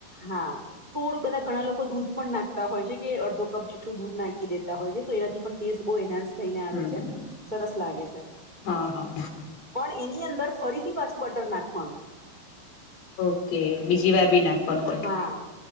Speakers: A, on the right; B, on the left.
A: હા થોડું બધા ઘણા લોકો દૂધ પણ નાખતા હોય છે કે અડધો કપ જેટલું દૂધ નાખી દેતા હોય છે તો એનાથી પણ ટેસ્ટ <unintelligible> એહનાન્સ થઈને આવે
B: હમ
A: છે
B: હમ
A: સરસ લાગે છે
B: હા હા
A: પણ એની અંદર ફરીથી પાછું બટર નાખવાનું
B: ઓકે બીજી વાર બી નાખવાનું બટર
A: હા